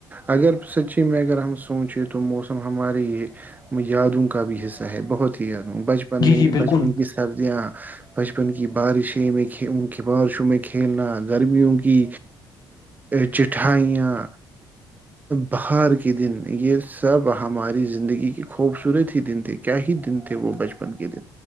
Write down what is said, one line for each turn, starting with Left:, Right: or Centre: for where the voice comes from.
Right: اگر سچی میں اگر ہم سوچے تو تو موسم ہمارے یہ یادوں کا بھی حصہ ہے بہت ہی بچپن
Left: جی
Right: میں
Left: جی
Right: ہی
Left: بالکل
Right: بچپن کی سردیاں بچپن کی بارشیں میں ان کی بارشوں میں کھیلنا گرمیوں کی چٹھائیاں بہار کے دن یہ سب ہماری زندگی کے خوبصورت ہی دن تھے کیا ہی دن تھے وہ بچپن کے دن